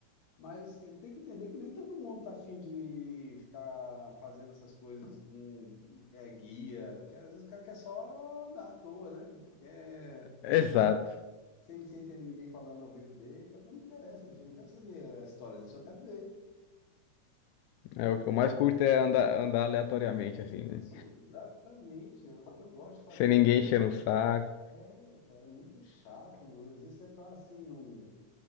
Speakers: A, on the left; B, on the left.
A: Mas ele tem que entender que nem todo mundo tá afim de ficar fazendo essas coisas com é, guia, que às vezes o cara quer só andar à toa, né? Quer
B: exato.
A: sem, sem ter ninguém falando ao ouvido dele, ele fala, não me interessa, bicho, eu não quero saber a história, eu só quero ver, né?
B: É, o que eu
A: Uma
B: mais
A: coisa,
B: curto é andar, andar aleatoriamente, assim,
A: é
B: né?
A: isso, exatamente, eu- o que eu gosto de fazer
B: Sem ninguém enchendo o saco.
A: é, cara, é muito chato, às vezes você tá assim, num...